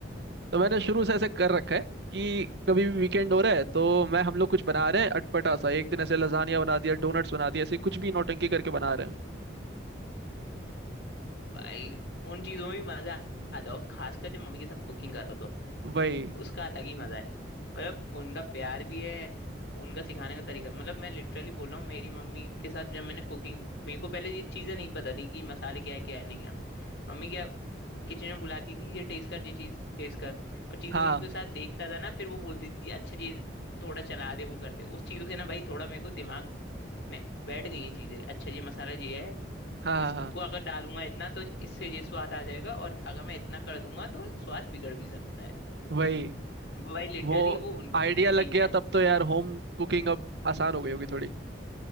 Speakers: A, on the right (about 65°); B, on the left (about 75°).
A: तो मैंने
B: हम्म,
A: शुरू से ऐसे कर रखा है कि कभी भी वीकेंड हो रहा है तो मैं हम लोग कुछ बना रहे हैं अटपटा सा एक दिन ऐसे लजानिया बना दिया डोनट्स बना दिया ऐसे कुछ भी नौटंकी करके बना रहे हैं
B: भाई उन चीजों में भी मजा आता है और खासकर जब मम्मी के साथ कुकिंग करो तो
A: वही
B: उसका अलग ही मजा है मतलब उनका प्यार भी है उनका सिखाने का तरीका मतलब मैं लिटरली बोल रहा हूँ मेरी मम्मी के साथ जब मैंने कुकिंग मेरे को पहले ये चीजें नहीं पता थी कि मसाले क्या है क्या है नहीं है मम्मी क्या किचन में बुलाती थी ये टेस्ट कर ये चीज टेस्ट कर और चीजें
A: हाँ
B: उनके साथ देखता था ना फिर वो बोलती थी अच्छा ये थोड़ा चला दे वो कर दे उस चीजों से ना भाई थोड़ा मेरे को दिमाग में बैठ गई ये चीजें अच्छा ये मसाला ये है,
A: हाँ
B: इसको
A: हाँ हाँ
B: अगर डालूंगा इतना तो इससे ये स्वाद आ जाएगा और अगर मैं इतना कर दूंगा तो स्वाद बिगड़ भी सकता है
A: वही
B: वो भाई लिटरली
A: वो
B: वो उनकी
A: आइडिया
B: टीचिंग
A: लग गया
B: है
A: तब तो यार होम कुकिंग अब आसान हो गई होगी थोड़ी